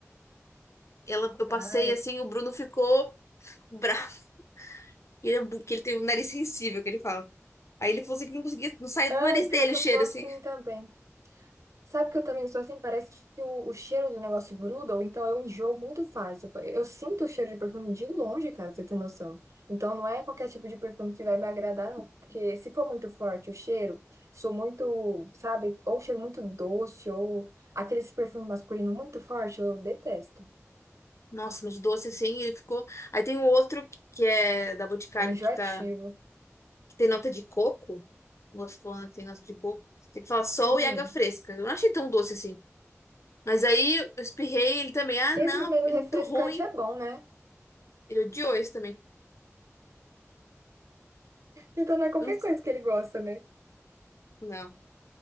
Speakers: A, on the left (about 65°); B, on the right (about 75°).
A: Ela, eu passei
B: Ai,
A: assim, o Bruno ficou bravo. Ele, é bu- que ele tem um nariz sensível, que ele fala. Aí ele falou assim que não conseguia, não saía
B: ai,
A: do nariz
B: pior
A: dele
B: que
A: o cheiro,
B: eu sou assim
A: assim.
B: também. Sabe que eu também sou assim? Parece que o, o cheiro do negócio gruda, ou então eu enjoo muito fácil. Eu sinto o cheiro de perfume de longe, cara, pra você ter noção. Então não é qualquer tipo de perfume que vai me agradar, não. Porque se for muito forte o cheiro, sou muito, sabe, ou cheiro muito doce, ou aqueles perfumes masculinos muito forte, eu detesto.
A: Nossa, mas doce assim, ele ficou. Aí tem o outro que é da Boticário
B: É enjoativo.
A: que tá. que tem nota de coco. Moço falando tem nota de coco. Tem que falar sol
B: Uhum.
A: e água fresca. Eu não achei tão doce assim. Mas aí eu espirrei ele também. Ah,
B: Esses
A: não,
B: meio
A: porque
B: refrescante
A: é muito ruim.
B: é bom, né?
A: Ele odiou esse também.
B: Então não é qualquer
A: Não.
B: coisa que ele gosta, né?
A: Não.